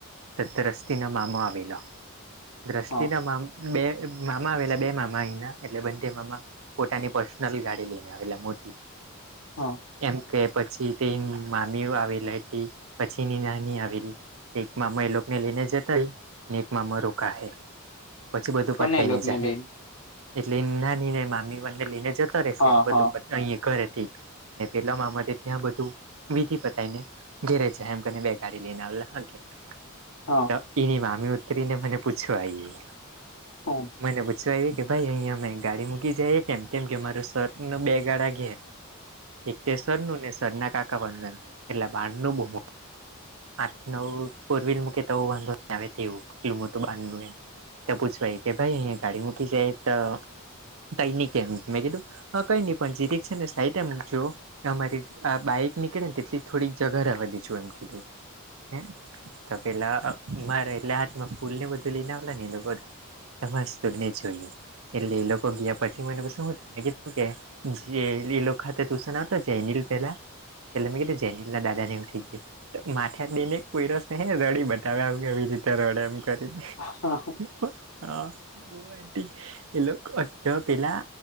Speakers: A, on the right (about 65°); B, on the left (about 80°).
A: ત દ્રષ્ટિના મામો આવેલો દ્રષ્ટિના
B: હા
A: મામ. બે મામા આવેલા બે મામા અહીના એટલે બંે મામા. પોતાની પર્સનલ ગાડી લઈને આવે મોટી.
B: હા.
A: એમ કે પછી તે મામી આવેલી હતી પછીની નાની આવેલી. મામ એ લોગને લઈને જતા હ એક મા મ ર કાહે. પછી બધું
B: કોને
A: પતાય
B: એ લોકોને
A: ને જાય
B: લઈને
A: એટલે નાની ને મામી મને લઈને જતો. તરે છે
B: હા
A: બધું
B: હા
A: અહીંયા કરેથી ને પેલા મામા ત્યાં બધું. વિધિ પતાવીને ઘેરે જ એમ કરીને બે ગાડી લઈને આવલા હા કે.
B: હા
A: તો એની મામી ઉતરીને મને પૂછવા આવી
B: હા
A: મને પૂછવા આયવી કે ભાઈ અહીયાં અમે ગાડી મૂકી જાઈએ કેમ-કેમ કે મારા સર નો બે ગાળા ઘે એક તે સરનું ને સરના કાકા વંદન એટલે બહારનું બહું. આઠ નવ ફોર વ્હીલ મૂકે તો વાંધો ન આવે તેવું, તેવું મોટું બાંધનું હે. તો પૂછવા આલી કે ભાઈ અહીયાં ગાડી મૂકી જઈએ તો, કાઈ નહી કહે એમ મેં કીધું હા કાઈ નહીં, પણ જીરીક છે ને સાઈટ એમ ચો, અમારી આ બાઈક નીકળે ને તેટલી થોડીક જગા રહેવા દેજો એમ કીધું, હે તો કહે લ મારે હાથમાં ફૂલ ને એ બધું લઈને આવલા ને <unintelligible> જોઈએ. એટલે ઈ લોકો ગયા પછી મને શું, મે કીધું કે જે ઈ લોક ખાતે ટુશન આવતા <unintelligible> પહેલા એટલે મે કીધું જેનીલ ના દાદા ને હવે ઠીક <unintelligible> તો માથે દે ને કોઈરસ નહીં રડી બતાવે, આવી-આવી રીતે રડે એમ કરીને.
B: હા.
A: <unintelligible> એ લોક અત પેલા